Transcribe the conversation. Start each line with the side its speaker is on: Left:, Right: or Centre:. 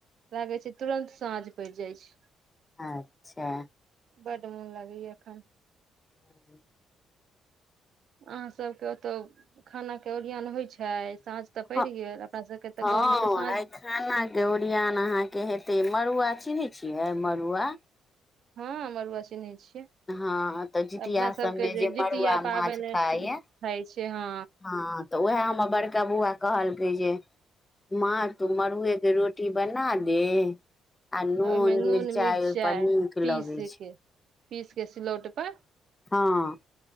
Right: लागै छै तुरंत साँझ पैड़ जाय छै
Left: अच्छा
Right: बड्ड मुन लगैया अखन
Left: <inaudible> <inaudible>
Right: अहाँ सबके ओत्त खाना के ओरियान होइ छैय साँझ तऽ पैड़
Left: हँ
Right: गेल अपना सबके तऽ
Left: हँ
Right: गाँवमे तऽ साँझ
Left: आइ खाना के ओरियान अहाँके हेते मड़ुआ चिन्है छियै मड़ुआ
Right: हँ मरुआ चिनई छियै
Left: हँ तऽ जितिया
Right: अपना सबके
Left: सबमे जे
Right: जितिया
Left: मड़ुआ
Right: पाबनि
Left: माछ खाइया
Right: होइ छै हँ
Left: हँ तऽ उएह हमर बड़का बौआ कहलकै जे माँ तू मड़ुएके रोटी बना दे आ नून
Right: ओहिमे
Left: मिर्चाई
Right: मिरचाइ
Left: ओहिप नीक
Right: पीस
Left: लगै छै
Right: के पीस के सिलौट प
Left: हँ